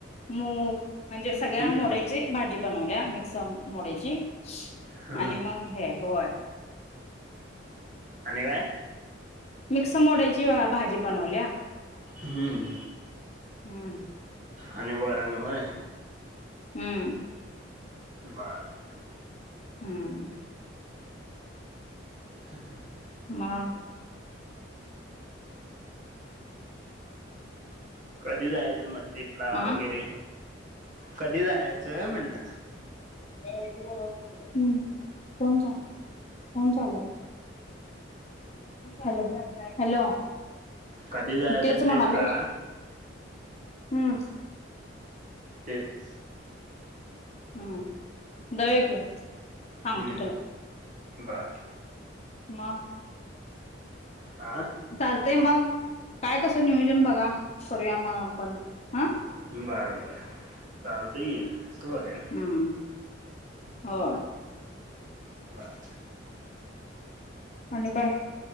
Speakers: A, on the left (about 35°); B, on the right (about 40°).
A: मूंग म्हणजे सगळ्यां
B: हम्म
A: मोड्यां भाजी बनवल्यां मिक्स मोड्यांची
B: हम्म
A: आणि मंग हे होयं
B: आणि कायं
A: मिक्सं मोडांयची भाजी बनवल्यां.
B: हम्मं
A: हम्म
B: आणि वरण होयं.
A: हम्मं
B: बरं
A: हम्मं
B: <unintelligible> <unintelligible>
A: मंग
B: कधीं जायचं मंग ट्रिपला
A: हा
B: वगैरें कधीं जायचं म्हटलं
A: हम्मं कोणं कोणं चालं हॅलो
B: कधी जायचं
A: तेचं
B: ट्रिपला
A: म्हणांले हम्मं
B: तेचं
A: हम्मं बघां की सांगतो
B: हम्मं
A: तुला
B: बरं
A: मंग
B: हां
A: चालतंय मंग कायं कसं नियोजन बघां करूंया मंग आपणं हं
B: बरोबर चालते की येईल बरं आहे
A: हम्मं होयं
B: बरं.
A: आणि काय?